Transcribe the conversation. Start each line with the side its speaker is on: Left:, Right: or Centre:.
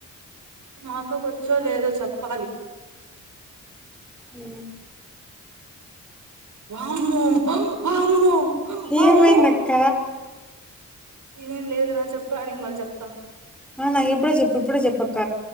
Right: మా అక్కకి వచ్చే లేదో చెప్పాలి
Centre: ఉ
Right: వామ్మో వామ్మో వామ్మో
Centre: ఏమైందక్క
Right: ఏం లేదు రా చెప్పారా మళ్ళీ నీకు చెప్తా
Centre: ఆ నాకు ఇప్పుడే చెప్పు ఇప్పుడే చెప్పక్క